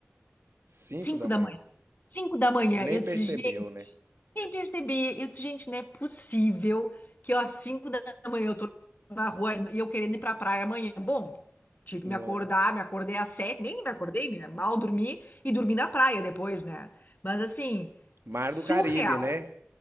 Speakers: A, on the right; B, on the left.
A: 5
B: 5
A: da manhã.
B: da manhã, 5 da manhã,
A: Nem
B: eu
A: percebeu,
B: disse,
A: né?
B: Nem percebi. Eu disse, gente, não é possível que eu, às cinco da manhã eu tô na rua e eu querendo ir pra praia amanhã. Bom, tive
A: Nossa.
B: que me acordar, me acordei às 7 nem me acordei, né? Mal dormi e dormi na praia depois, né? Mas assim,
A: Mar
B: surreal.
A: do Caribe, né?